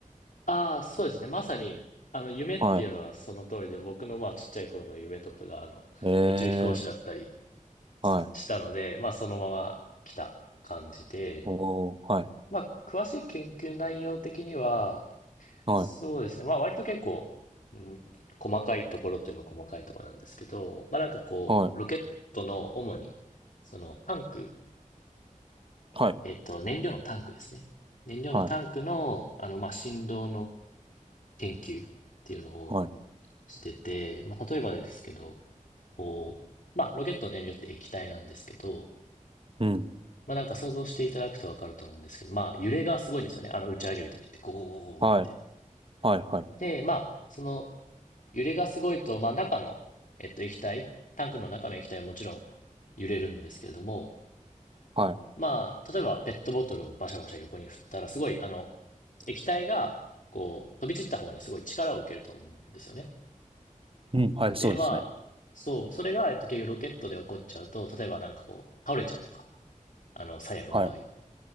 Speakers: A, on the left (about 70°); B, on the right (about 40°).
A: ああ、そうですね。まさに、あの、夢っていうのはその通りで、
B: はい。
A: 僕の、まあ、ちっちゃい頃の夢とかが、あの、
B: ええ
A: 宇宙飛行士だったり
B: はい。
A: したので、まあ、そのまま来た感じで、
B: おー、はい。
A: まあ、詳しい研究内容的には、
B: はい。
A: そうですね。まあ割と結構、うん、細かいところといえば細かいところなんですけど、まあなんかこう、
B: はい。
A: ロケットの主に、そのタンク、
B: はい。
A: えっと、燃料のタンクですね。燃料のタンクの、
B: はい。
A: あの、まあ振動の研究っていうのを
B: はい。
A: してて、まあ例えばですけど、こう、まあロケットの燃料って液体なんですけど、
B: うん。
A: まあなんか想像していただくとわかると思うんですけど、まあ揺れがすごいんですよね。あの打ち上げるときってゴーゴーゴーゴーって。
B: はい。はい。はい。
A: で、まあ、その揺れがすごいと、まあ、中の、えっと、液体、タンクの中の液体はもちろん揺れるんですけれども、
B: はい。
A: まあ、例えばペットボトルをバシャバシャ横に振ったら、すごい、あの、液体が、こう、飛び散った方にすごい力を受けると思うんですよね。
B: うん。はい。そうですね。
A: で、まあ、そう、それが、えっと、結局ロケットで起こっちゃうと、例えばなんかこう、倒れちゃうとか、あの、最悪の場合。
B: はい。